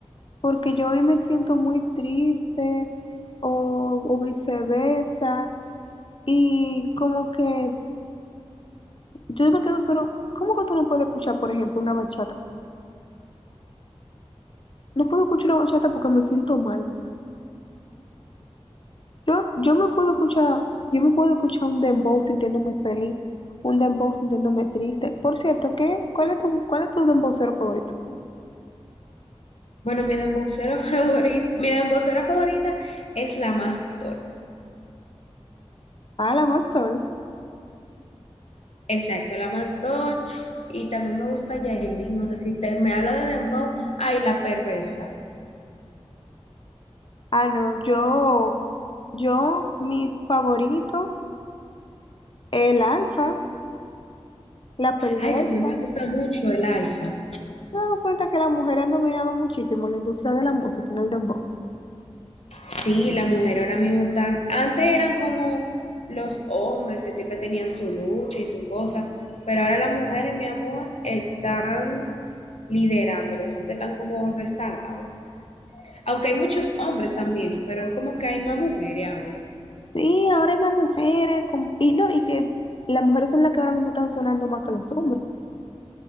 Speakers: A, on the left; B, on the left.
A: porque yo hoy me siento muy triste o, o viceversa. Y como que yo me quedo, pero ¿cómo que tú no puedes escuchar, por ejemplo, una bachata? No puedo escuchar una bachata porque me siento mal. Yo, yo me puedo escuchar, yo me puedo escuchar un dembow sintiéndome feliz un dembow sintiéndome triste. Por cierto, ¿qué? ¿Cuál es tu, cuál es tu dembow favorito?
B: Bueno, mi dembocera <laughs> favorita, mi dembocera favorita es la Mastor.
A: Ah, la Mastol.
B: Exacto, la Mastor. Y también me gusta Yailin. O sea, si te, me habla de Dembow, ay, la perversa.
A: Ah, no, yo, yo, mi favorito, el alfa, la perversa.
B: Ay, también me gusta mucho el Alfa.
A: Me he dado cuenta que las mujeres han dominado muchísimo la industria de la música en el dembow.
B: Sí, la mujer ahora mismo tan. Antes eran como los hombres que siempre tenían su lucha y su cosa. Pero ahora las mujeres, mi amor, están liderando. Los hombres están como rezagados. Aunque hay muchos hombres también, pero es como que hay más mujeres ahora.
A: Sí, ahora hay más mujeres, con- y no, y que las mujeres son las que ahora mismo están sonando más que los hombres.